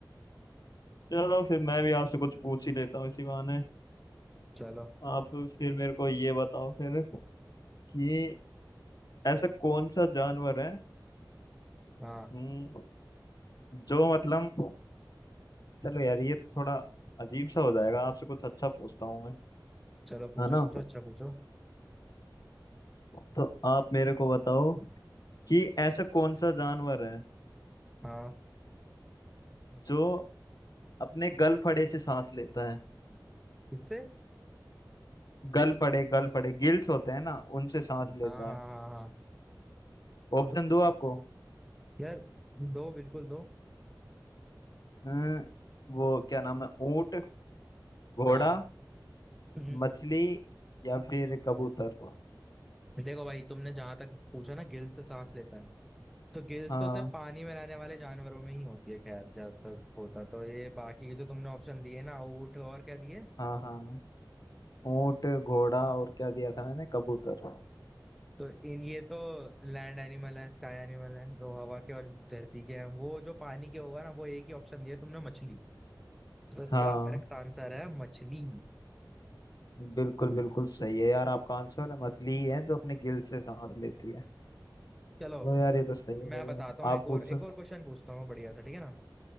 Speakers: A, on the left (about 55°); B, in the centre.
A: चलो फिर मैं भी आपसे कुछ पूछ ही लेता हूँ इसी बहाने
B: चलो
A: आप फिर मेरे को ये बताओ फिर कि ऐसा कौन सा जानवर है
B: हाँ
A: हम्म, जो मतलब चलो यार ये तो थोड़ा अजीब सा हो जाएगा आपसे कुछ अच्छा पूछता हूँ मैं
B: चलो पूछो
A: है ना
B: पूछो अच्छा पूछो
A: तो आप मेरे को बताओ कि ऐसा कौन सा जानवर है
B: हाँ
A: जो अपने गल फड़े से सांस लेता है
B: किससे
A: गल फड़े गल फड़े गिल्स होते हैं ना उनसे सांस लेता
B: हाँ हाँ हाँ
A: है
B: हाँ
A: ऑप्शन दो आपको
B: यार दो बिल्कुल दो
A: हम्म, वो क्या नाम है ऊंट घोड़ा
B: हाँ हम्म।
A: मछली या फिर कबूतर
B: देखो भाई तुमने जहां तक पूछा ना गिल्स से सांस लेता है तो गिल्स
A: हाँ
B: तो सिर्फ पानी में रहने वाले जानवरों में ही होती है खैर जब तक होता तो ये बाकी के जो तुमने ऑप्शन दिए ना ऊँट और क्या दिए
A: हाँ हाँ ऊंट घोड़ा और क्या दिया था मैंने कबूतर
B: तो इन ये तो लैंड एनिमल है स्काई एनिमल है दो हवा के और धरती के हैं वो जो पानी के होगा ना वो एक ही ऑप्शन दिया तुमने मछली तो इसका
A: हाँ
B: करेक्ट आंसर है मछली
A: बिल्कुल बिल्कुल सही है यार आपका आंसर मछली ही है जो अपने गिल से सांस लेती है
B: चलो
A: चलो यार ये तो सही है
B: मैं
A: भैया
B: बताता हूँ एक
A: आप
B: और
A: पूछो
B: एक और क्वेश्चन पूछता हूँ बढ़िया सा ठीक है ना